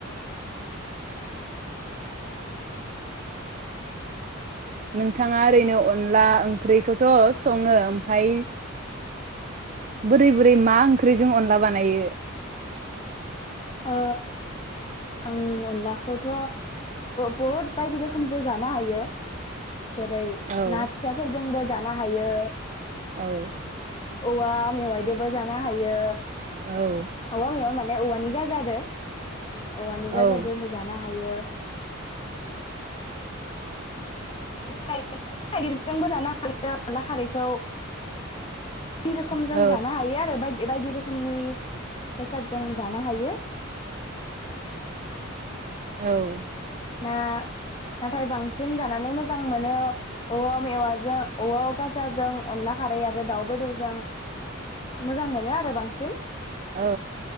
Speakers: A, on the right; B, on the left.
A: नोंथाङा ओरैनो अनला ओंख्रिखौथ सङो ओमफाय बोरै बोरै मा ओंख्रिजों अनला बानायो
B: ओ आं अनलाखौथ बहुद बायदि रोखोमजों जानो हायो जेरै
A: औ
B: ना फिसाफोरजोंबो जानो हायो
A: औ
B: औवा मेवाइदोबो जानो नो हायो
A: औ
B: औवा मेवाइ औवानि गाजा आरो औवानि
A: औ
B: गाजादो जानो हायो थागिरजोंबो लानो हायो अनला खारैखौ जि रोखोम
A: औ
B: जों जानो हायो आरो बायदि बायदि रोखोमनि बेसाद जों जानो हायो
A: औ
B: ना नाथाय बांसिन जानानै मोजां मोन नो औवा मेवाइजों औवा गाजाजों अनला खारै आरो दाउ बेदरजों मोजां मोनो आरो बांसिन
A: औ